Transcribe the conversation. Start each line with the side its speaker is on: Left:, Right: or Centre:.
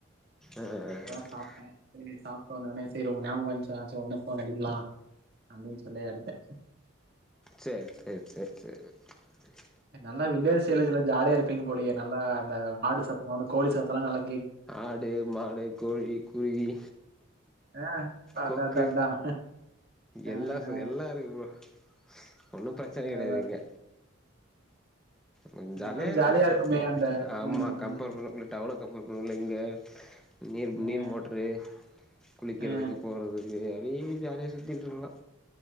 Centre: ஆ ஆ
Right: அதா சாப்ட்டே செரி சாப்ட்டு வந்தோனே செரி உங்க ஞாபகோ வந்ச்சா செரி ஒடனே ஃபோன் அடிக்கலா அப்டின்னு சொல்லி எடுத்தே
Centre: செரி செரி செரி செரி ஓக்கே
Right: நல்லா வில்லேஜ் சைடுலா இதேல்லா ஜாலியா இருப்பீங்க போலயே நல்லா அந்த ஆடு சத்த அந்த கோழி சத்தோலா நல்ல
Centre: ஆடு மாடு கோழி குருவி
Right: ஆ, அதான்
Centre: கொக்கு
Right: அதான் அதான் ஆ,
Centre: எல்லா சத்தோ
Right: ஆ,
Centre: எல்லா இருக்கு ப்ரோ ஒன்னு பிரச்சனை
Right: அதான்,
Centre: கெடயாது
Right: அதான்.
Centre: இங்க கொஞ்சோ
Right: ஆஹ்
Centre: ஜாலியா
Right: நல்லா
Centre: இருக்கு
Right: இருக்குமே அந்த
Centre: ஆமா
Right: ம்
Centre: கம்பேர்
Right: ம்
Centre: பண்ணல டவுனு கம்பேர் பண்ணல இங்கே நீர்
Right: ம்,
Centre: நீர் மோட்ரு குளிக்கிறதுக்கு
Right: ஆ,
Centre: போறதுக்கு வே ஜாலியா சுத்திட்டு இருக்கலா